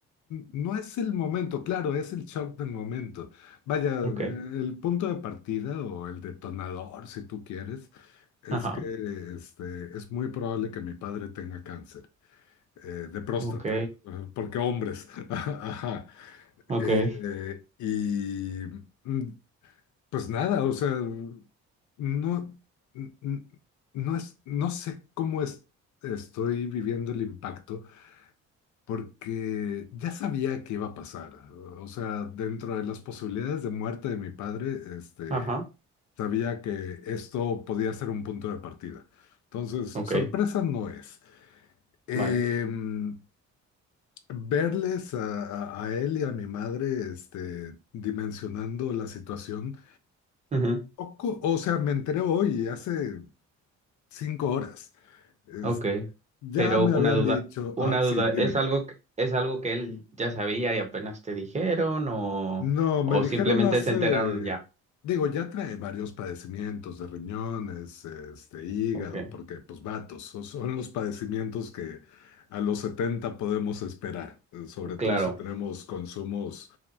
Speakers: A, on the left (about 70°); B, on the right (about 20°).
A: no es el momento, claro, es el shock del momento. Vaya,
B: Ok.
A: eh, el punto de partida o el detonador, si tú quieres, es
B: Ajá.
A: que este, es muy probable que mi padre tenga cáncer eh, de próstata,
B: Ok.
A: eh, porque hombres. <laughs> Ajá.
B: Ok.
A: Eh, eh, y mm, pues nada, o sea, no, n- n- no es, no sé cómo es, estoy viviendo el impacto, porque ya sabía que iba a pasar. O sea, dentro de las posibilidades de muerte de mi padre, este,
B: Ajá.
A: sabía que esto podía ser un punto de partida. Entonces,
B: Ok.
A: sorpresa no es. Em,
B: Vale.
A: verles a, a- a él y a mi madre, este, dimensionando la situación.
B: Ujú.
A: Poco, o sea, me enteré hoy, hace Cinco horas. Es-
B: Ok,
A: ya
B: pero
A: me
B: una
A: habían
B: duda,
A: dicho,
B: una
A: ah, sí,
B: duda,
A: dime.
B: ¿es algo que, es algo que él ya sabía y apenas te dijeron o,
A: No, me
B: o
A: dijeron
B: simplemente
A: hace,
B: se enteraron ya?
A: digo, ya trae varios padecimientos de riñones, este, hígado,
B: Ok,
A: porque pues vatos, so- son los padecimientos que a los 70 podemos esperar, eh, sobre todo
B: claro,
A: si tenemos consumos,